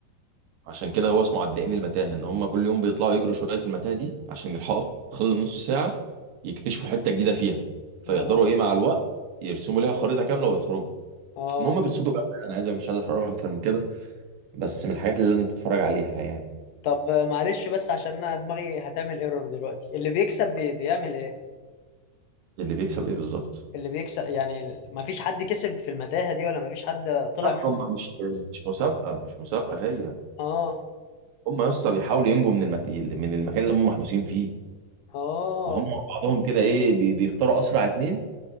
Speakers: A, on the right; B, on the left.
A: عشان كده هو اسمه عدائين المتاهه ان هم كل يوم بيطلعوا يجروا شويه في المتاهه دي عشان يلحقوا خلال نص ساعه يكتشفوا حته جديده فيها فيقدروا
B: اه
A: ايه مع الوقت يرسموا ليها خريطه كامله ويخرجوا
B: اه
A: المهم قصته بقى انا عايز مش عايز احرق اكتر من كده بس من الحاجات اللي لازم تتفرج عليها يعني
B: طب معلش بس عشان انا دماغي هتعمل ايرور دلوقتي اللي بيكسب بي بيعمل ايه
A: اللي بيكسب ايه بالظبط
B: اللي بيكسب يعني ما فيش حد كسب في المتاهة دي ولا ما فيش حد طلع
A: لا،
B: منها
A: هم مش مش مسابقه مش مسابقه هي
B: اه
A: هم يا اسطى بيحاولوا ينجوا من المت... من المكان اللي هم محبوسين فيه
B: اه
A: فهم مع بعضهم كده ايه بي- بيختاروا اسرع اتنين